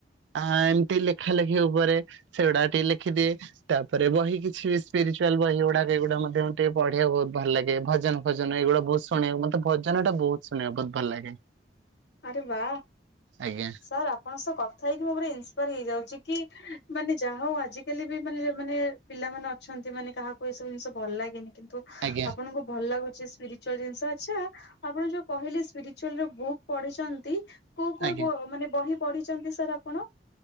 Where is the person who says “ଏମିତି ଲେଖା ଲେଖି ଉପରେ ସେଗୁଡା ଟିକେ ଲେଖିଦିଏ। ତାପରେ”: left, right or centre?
Right